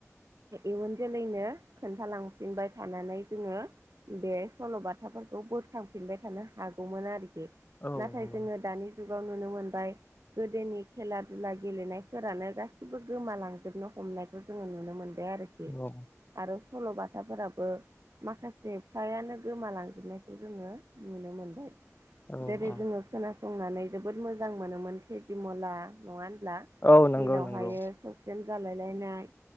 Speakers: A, on the right; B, on the left.
A: इयुन जोलैनो खोन्थालांफिनबाय थानानै जोङो बे सल'बाथाफोरखौ बोखांफिनबाय थानो हागौमोन आरोखि
B: औ
A: नाथाय
B: नंगौ
A: जोङो दानि जुगाव नुनो मोनबाय गोदोनि खेला दुला गेलेनायफोरानो गासिबो गोमालांजोबनो हमनायखौ जोङो नुनो मोनदों आरोखि
B: औ
A: आरो सल' बाथाफोराबो माखासे फ्रायानो गोमालांजोबनायखौ जोङो नुनो मोनबाय
B: औ
A: जेरै
B: औ
A: जोङो खोनासंनानै जोबोद मोजां मोनोमोन तेजिमला नङा होनब्ला
B: औ नंगौ
A: मिलावहायो
B: नंगौ
A: ससिन जालाय लायनाय